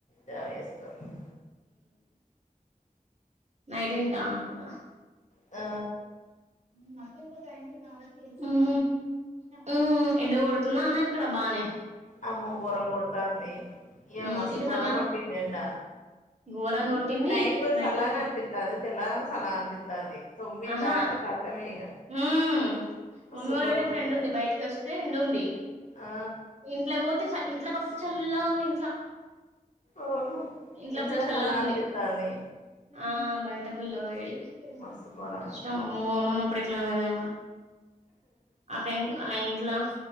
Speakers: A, on the left; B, on the right.
A: జావ చేసుకున్నాం
B: నైడింటా ఉన్నాద
A: ఆ
B: ఉమ్మ్ ఉమ్మ్మ్ ఎండ కొడుతున్నా అన్న అక్కడ బాగానే
A: అమ్మో గరం కొడతన్నీ ఈ
B: ఉమ్
A: మాస
B: ఇటు
A: గుోరం
B: చల్లనా
A: కొటిందంట
B: ఘోరంగా కొట్టింది
A: నైట్ కొంచం
B: బయటకి
A: సల్
B: వచ్చా
A: అ అనిపితా అది తెల్లారంగా సల్ అనిపిించా పంది తొమ్మిది
B: ఆహా
A: దాట కతమే ఇక
B: ఉమ్
A: వసు
B: మమ్మీ వాళ్ళు
A: గోరంతారు
B: పోయేటప్పుడు ఎండ ఉంది బయటకి వస్తే ఎండ ఉంది
A: ఆ
B: ఇంట్లో పోతే ఇంట్లోకి వస్తే చల్ల ఉంది ఇంట్లో
A: అవును
B: ఇంట్లో
A: ఇంట్లనే
B: ఫుల్ చల్ాలా
A: సల్లగా
B: ఉంది
A: అనిపిత్తాంది
B: ఆ బయట ుల్ల వడి
A: మస్తు ఘోరంగా
B: కష్టం
A: ఉంది
B: అమ్ అమ్మమ్మ పడుకుల మదా ఆ పెం ఆ ఇంట్లో